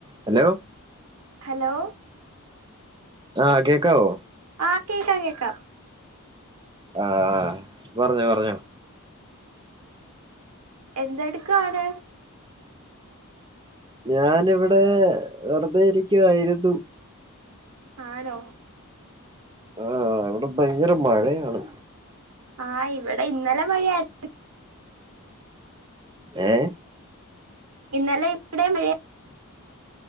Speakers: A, on the right; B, on the right.
A: Hello
B: hello
A: ആഹ് കേക്കാവോ?
B: ആഹ് കേക്കാം കേക്കാം
A: ആ ആ പറഞ്ഞോ പറഞ്ഞോ
B: എന്തെടുക്കാണ്?
A: ഞാനിവിടെ വെറുതെ ഇരിക്കുവായിരുന്നു
B: ആണോ?
A: ആഹ് ഇവിടെ ഭയങ്കര മഴയാണ്
B: ആഹ് ഇവിടെ ഇന്നലെ മഴയായി
A: ഏ
B: ഇന്നലെ ഇവിടെ മഴ